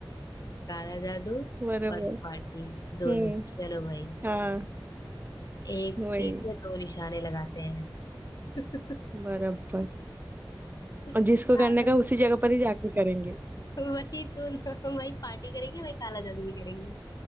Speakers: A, on the left; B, on the right.
A: काला जादू
B: बराबर
A: और पार्टी दोनों
B: हम्म
A: चलो भाई
B: हाँ
A: एक
B: वही
A: तीर से दो निशाने लगाते हैं <laughs>
B: बराबर
A: क्या
B: और जिसको करने
A: लॉजिक
B: का उसी जगह पर ही जाके करेंगे
A: है वही तो ना वही पार्टी करेंगे वही काला जादू भी करेंगे